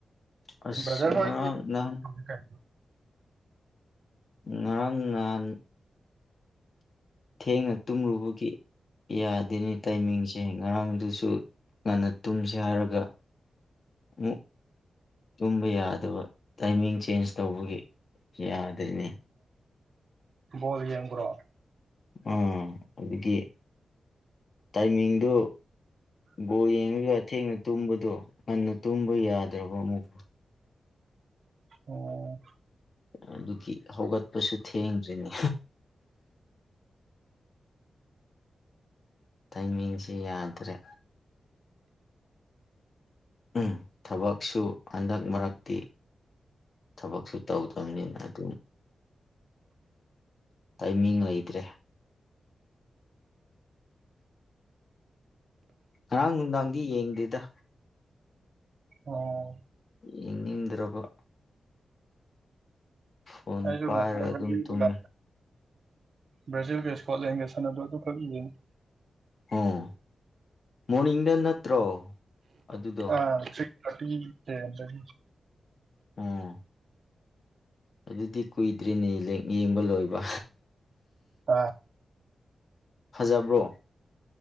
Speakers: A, on the left; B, on the right.
A: ꯑꯁ
B: ꯕ꯭ꯔꯗꯔ
A: ꯉꯔꯥꯡ
B: ꯍꯣꯢꯗꯤ
A: ꯅꯍꯥꯟ
B: <unintelligible>
A: ꯉꯔꯥꯡ ꯅꯍꯥꯟ ꯊꯦꯡꯅ ꯇꯨꯝꯂꯨꯕꯒꯤ ꯌꯥꯗꯦꯅꯦ ꯇꯥꯏꯃꯤꯡꯁꯦ ꯉꯔꯥꯡꯗꯨꯁꯨ ꯉꯟꯅ ꯇꯨꯝꯁꯦ ꯍꯥꯏꯔꯒ ꯑꯃꯨꯛ ꯇꯨꯝꯕ ꯌꯥꯗꯕ ꯇꯥꯏꯃꯤꯡ ꯆꯦꯟꯖ ꯇꯧꯕꯒꯤ ꯌꯥꯗꯦꯅꯦ
B: ꯕꯣꯜ ꯌꯦꯡꯕ꯭ꯔꯣ
A: ꯑꯣ ꯑꯗꯨꯒꯤ ꯇꯥꯏꯃꯤꯡꯗꯨ ꯕꯣꯜ ꯌꯦꯡꯉꯒ ꯊꯦꯡꯅ ꯇꯨꯝꯕꯗꯣ ꯉꯟꯅ ꯇꯨꯝꯕ ꯌꯥꯗꯦꯕ ꯑꯃꯨꯛ
B: ꯑꯣ
A: ꯑꯗꯨꯒꯤ ꯍꯧꯒꯠꯄꯁꯨ ꯊꯦꯡꯗ꯭ꯔꯤꯅꯤ ꯇꯥꯏꯃꯤꯡꯁꯤ ꯌꯥꯗ꯭ꯔꯦ ꯎꯝ ꯊꯕꯛꯁꯨ ꯍꯟꯗꯛ ꯃꯔꯛꯇꯤ ꯊꯕꯛꯁꯨ ꯇꯧꯗꯝꯅꯤꯅ ꯑꯗꯨ ꯇꯥꯏꯃꯤꯡ ꯂꯩꯇ꯭ꯔꯦ ꯉꯔꯥꯡ ꯅꯨꯡꯗꯥꯡꯗꯤ ꯌꯦꯡꯗꯦꯗ
B: ꯑꯣ
A: ꯌꯦꯡꯅꯤꯡꯗ꯭ꯔꯕ ꯐꯣꯟ
B: ꯑꯩꯁꯨ
A: ꯄꯥꯏꯔꯒ
B: ꯉꯁꯥꯏ ꯕ꯭ꯔꯥꯖꯤꯜꯒ
A: ꯑꯗꯨꯝ ꯇꯨꯝꯃꯦ
B: ꯕ꯭ꯔꯥꯖꯤꯜꯒ ꯁ꯭ꯀꯣꯠꯂꯦꯟꯒ ꯁꯥꯟꯅꯕꯗꯣ ꯑꯗꯨꯈꯛ ꯌꯦꯉꯤ
A: ꯑꯣ ꯃꯣꯔꯅꯤꯡꯗ ꯅꯠꯇ꯭ꯔꯣ ꯑꯗꯨꯗꯣ
B: ꯑ ꯁꯤꯁ ꯊ꯭ꯔꯇꯤ ꯇꯦꯟꯗꯒꯤ
A: ꯎꯝ ꯑꯗꯨꯗꯤ ꯀꯨꯏꯗ꯭ꯔꯤꯅꯦ ꯌꯦꯡꯕ ꯂꯣꯏꯕ
B: ꯑꯥ
A: ꯐꯖꯕ꯭ꯔꯣ